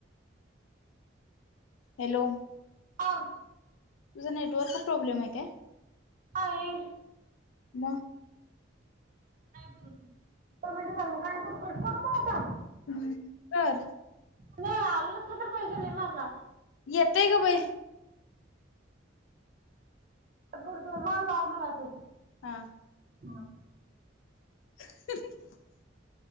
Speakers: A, on the left (about 85°); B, on the right (about 45°).
A: हॅलो
B: ह
A: तुझा नेटवर्क प्रॉब्लेम आहे काय
B: हा ये
A: म
B: म्हट झा काय करू करू आता
A: हम्म ब
B: नाही आल नसलं तर पैसे ल मारणार
A: येतंय का बाई
B: करतो मला मला तू
A: हा
B: ह
A: <unintelligible>